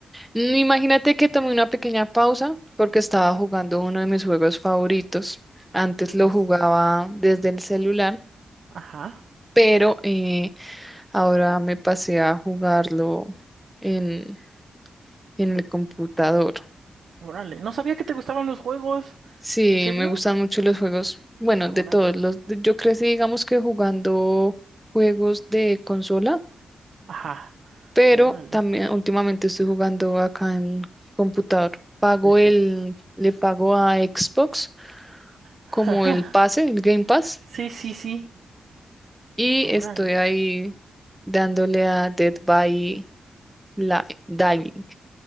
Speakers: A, in the centre; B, on the right.
A: Mm, Imagínate que tomé una pequeña pausa porque estaba jugando uno de mis juegos favoritos. Antes lo
B: As-
A: jugaba desde el celular,
B: Ajá,
A: pero eh, ahora me pasé a jugarlo en, en el computador.
B: órale. No sabía que te gustaban los juegos.
A: Sí,
B: ¿En serio?
A: me gustan mucho los juegos, bueno,
B: Ah,
A: de
B: Órale.
A: todos los, yo crecí, digamos que jugando juegos de consola,
B: Ajá,
A: pero
B: órale.
A: también últimamente estoy jugando acá en computador. Pago
B: Empecé.
A: el, le pago a Xbox
B: <laughs>
A: como el pase, el Game Pass,
B: Sí, sí, sí.
A: y
B: Órale.
A: estoy ahí dándole a Dead by Li- Diving.